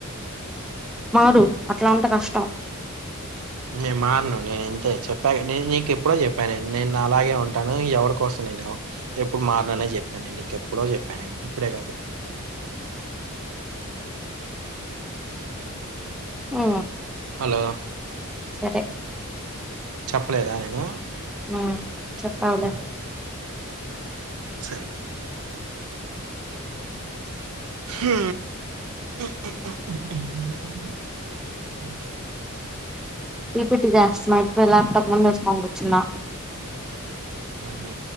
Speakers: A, in the centre; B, on the right.
A: మారు అట్లా ఉంటే కష్టం
B: నే మారను నేను ఇంతే చెప్పాను నీకు ఎప్పుడో చెప్పానును నేను నాలాగే ఉ ఉంటాను ఎవరి కోసం నేను ఎప్పుడు మారిననే చెప్పా నేను నీకెప్పుడో చెప్పాను నేను ఇప్పుడే కాదు
A: మ్
B: హలో
A: సరే
B: చెప్పలేదా నేను
A: మ్ చెప్పావులే
B: సరే హూ ఉ ఉ ఉ ఉ ఉ ఉ ఉ ఊ
A: పిపిటీ చేస్తాన్నా ఇప్పుడు ల్యాప్టాప్ ముందేసుకొని కూర్చున్నా
B: మ్ హూ